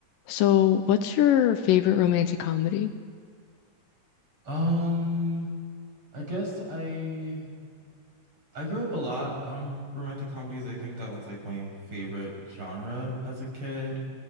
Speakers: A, on the left; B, on the right.
A: So, what's your favorite romantic comedy?
B: Um, I guess I I grew up a lot on romantic comedies. I think that was like my favorite genre as a kid.